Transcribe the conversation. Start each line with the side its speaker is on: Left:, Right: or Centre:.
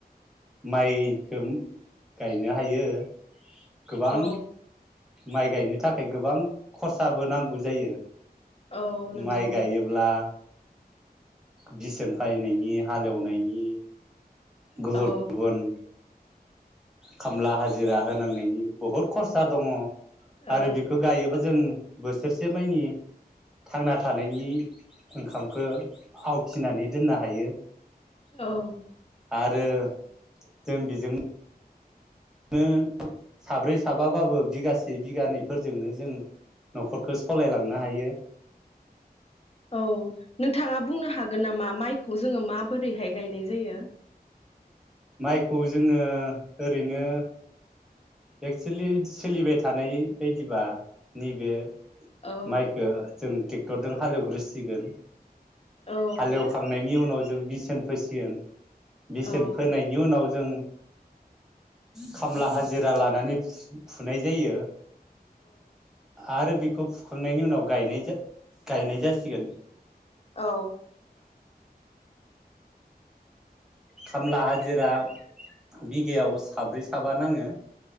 Centre: माइखो गायनो हायो गोबां
Left: औ
Centre: माइ गायनो थाखाय गोबां खरसाबो नांगौ जायो
Left: औ नंगौ
Centre: माइ गायोब्ला बेसेन फायनायनि हालेवनायनि गुबुन
Left: औ
Centre: गुबुन खामला हाजिरा होनांनायनि बहुद खरसा दङ
Left: औ
Centre: आरो बेखौ गायोबा जों बोसोरसे मानि थांना थानायनि ओंखामखौ आवथिनानै दोननो हायो
Left: औ
Centre: आरो जों बेजोंनो नो साब्रै साबाबाबो बिगासे बिगानैफोरजोंनो जों न'खरखौ सालायलांनो हायो
Left: औ नोंथाङा बुंनो हागोन नामा माइखौ जोङो माबोरैहाय गायनाय जायो
Centre: माइखौ जोङो ओरैनो एक्सेलि सोलिबाय थानाय बायदिबा नैबे
Left: औ
Centre: माइखो जों ट्रेक्टरजों हालेवग्रोसिगोन
Left: औ
Centre: हालेवखांनायनि उनाव जों बिसोन फोसिगोन बिसोन
Left: औ
Centre: फोनायनि उनाव जों खामला हा जिरा लानानै फुनाय जायो। आरो बि खौ फुखांनायनि उनावाय गायनाय जा गायनाय जासिगोन
Left: औ
Centre: खामला हाजिरा बिगायाव साब्रै साबा नाङो